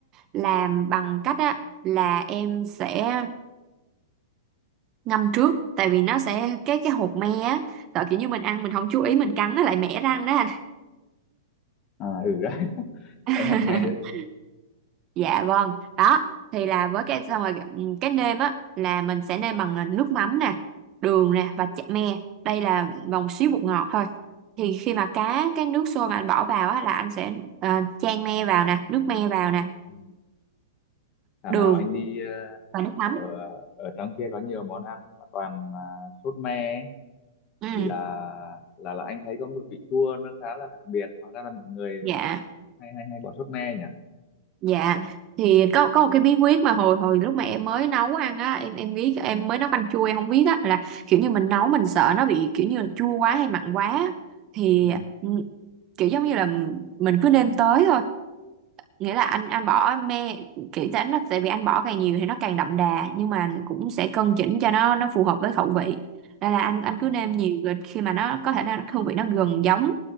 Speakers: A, on the right; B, on the left.
A: làm bằng cách á là em sẽ ngâm trước tại vì nó sẽ cái cái hột me á sợ kiểu như mình ăn mình không chú ý mình cắn nó lại mẻ răng đó anh
B: à ừ <laughs>
A: <laughs>
B: cái hạt me đấy
A: dạ vâng đó thì là với cái xong rồi ừm, cái nêm á là mình sẽ nêm bằng là nước mắm nè đường nè và chả me đây là vòng xíu bột ngọt thôi thì khi mà cá cái nước sôi mà anh bỏ vào á là anh sẽ ờ, chan me vào nè nước me vào nè
B: ừ. thảo
A: đường
B: nào anh đi ờ,
A: và nước mắm
B: ở ở trong kia có nhiều món ăn mà toàn mà sốt me ấy.
A: ừ
B: thì là là là anh thấy có một vị chua nó khá là đặc biệt hóa ra là mọi người
A: dạ
B: hay hay hay bỏ sốt me nhỉ
A: Dạ thì có có một cái bí quyết mà hồi hồi lúc mà em mới nấu ăn á em em biết em mới nấu canh chua em không biết á là kiểu như mình nấu mình sợ nó bị kiểu như là chua quá hay mặn quá thì
B: ừ.
A: ừ, kiểu giống như là mình cứ nêm tới thôi nghĩa là anh anh bỏ mê kỹ tính là tại vì anh bỏ càng nhiều thì nó càng đậm đà nhưng mà cũng sẽ cân chỉnh cho nó nó phù hợp với khẩu vị đây là anh anh
B: Ừ.
A: cứ nêm nhiều rồi khi mà nó có thể nó hương vị nó gần giống